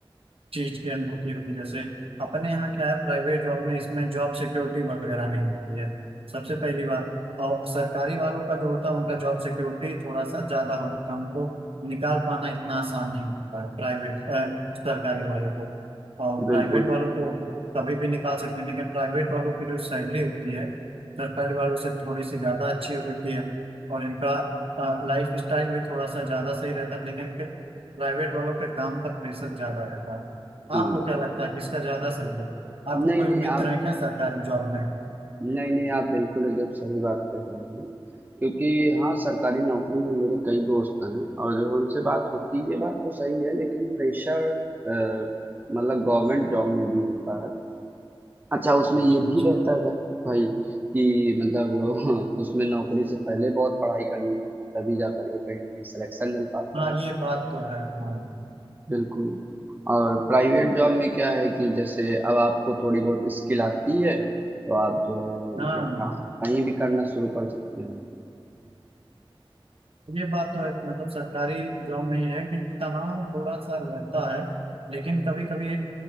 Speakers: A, on the right (about 80°); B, on the right (about 20°).
A: चीज की अनुभूति होती है जैसे अपने यहाँ क्या है प्राइवेट जॉब में इसमें जॉब सिक्योरिटी वगैरह नहीं होती है सबसे पहली बात और सरकारी वालों का जो होता है उनका जॉब सिक्योरिटी थोड़ा सा ज्यादा होता है उनको निकाल पाना इतना आसान नहीं होता है प्राइवेट सरकारी वालों को और प्राइवेट
B: बिल्कुल
A: वालों को कभी भी निकाल सकते हैं लेकिन प्राइवेट वालों की जो सैलरी होती है सरकारी वालों से थोड़ी सी ज़्यादा अच्छी होती है और इनका लाइफ स्टाइल भी थोड़ा सा ज़्यादा सही रहता है लेकिन इनके प्राइवेट वालों पे काम का प्रेशर ज़्यादा रहता है
B: हम्म
A: आपको क्या लगता है किसका ज़्यादा सही है आपको
B: नहीं
A: कोई
B: नहीं
A: मित्र
B: आप
A: है क्या सरकारी जॉब में
B: नहीं नहीं आप बिल्कुल एकदम सही बात कह रहे हैं क्योंकि हाँ सरकारी नौकरी में मेरे कई दोस्त हैं और जो उनसे बात होती है ये बात तो सही है लेकिन प्रेशर मतलब गवर्नमेंट जॉब में भी रहता है अच्छा उसमें
A: अच्छा
B: ये
A: अच्छा
B: भी रहता है भा- भाई कि मतलब <laughs> उसमें नौकरी से पहले बहुत पढ़ाई करनी पड़ती है तभी जा करके कहीं ना कहीं सिलेक्शन मिल पाता
A: हाँ
B: है
A: ये बात तो है हाँ
B: बिल्कुल और प्राइवेट जॉब में क्या है कि जैसे अब आपको थोड़ी बहुत स्किल आती है तो आप जो है
A: हाँ
B: मतलब काम कहीं भी करना शुरू कर सकते हैं
A: ये बात तो है कि मतलब सरकारी जॉब में ये है कि तनाव थोड़ा सा रहता है लेकिन कभी कभी